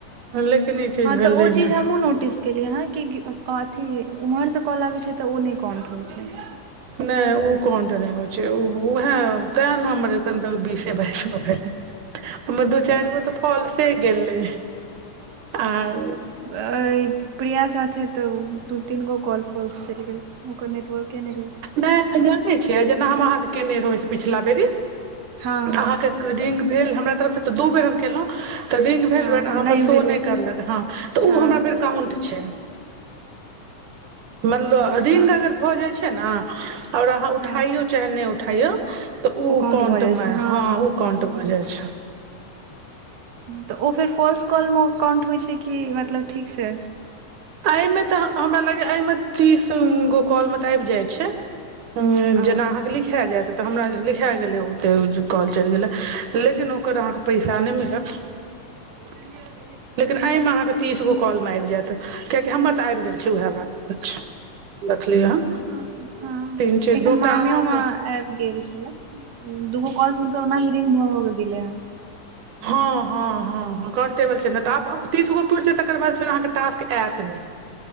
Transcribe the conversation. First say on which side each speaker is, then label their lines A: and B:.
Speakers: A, on the right (about 80°); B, on the right (about 55°).
A: लेकिन ई चीज
B: हँ
A: भेलै
B: तऽ ओ चीज
A: ने
B: हमहूँ नोटिस केलियै अहाँ कि अथी ओम्हरसँ कल आबैत छै तऽ ओ नहि काउण्ट होइ छै
A: नहि ओ काउण्ट नहि होइ छै उह तै ने हमर एखन तक बीसे बास ग <unintelligible> भेट हमर दू चारि गो तऽ फोलसे गेलै आर
B: ऐ प्रिया साथे तऽ दू तीन गो कॉल फॉल्स चलि गेल ओकर नेटवर्के नहि रहै छै
A: नहि जानै छियै जेना हम अहाँके केने रहौं पिछला बेरी
B: हँ हँ
A: अहाँके रिंग भेल हमरा तरफ से तऽ दू बेर तऽ रिंग भेल
B: हँ
A: बट आहां
B: नहि भेलै
A: शो नइ करलक हँ तऽ
B: हँ
A: ओ हमरा फेर काउंट छै मतल
B: पता
A: <unintelligible> रिंग
B: नहि
A: अगर भऽ जाइ छै ने आओर अहाँ उठाइो
B: हँ
A: चेन नहि उठाइया तऽ उ
B: ओ
A: काउंट
B: भऽ जाइ
A: मे
B: छै
A: हँ उ काउंट
B: हँ
A: भऽ जाइ छै
B: तऽ ओ फेर फाॅल्स कॉलमे काउंट होइ छै कि मतलब ठीक से
A: अइमे तऽ हमरा लागैय अइमे तीस गो कॉल मे तऽ आबि जाइ छै ह
B: आ
A: जेना अहा लिखाए जायत तऽ हमरा लिखा गेलै ओतेक कॉल चलि गेलै लेकिन ओकर अहाँके पैसा नइ मिलत
B: रिय <inaudible>
A: लेकिन एहिमे अहाँके तीस गो कॉलमे आबि जायत कियाकि हमर तऽ आबि गेल छै उएह बात देखलियै हन
B: ह
A: तीन छै
B: एखन
A: दूटा
B: मामियो
A: अहाँके
B: मा आबि गेल छला दूगो कॉल हुनकर ओना हिरिंग भऽ भ गेलै हे
A: हँ हँ हँ हँ कन टेबल छै ने त आब अपतीस गो पुुरै जात तकर बाद फेर अहाँके टास्क आयत नहि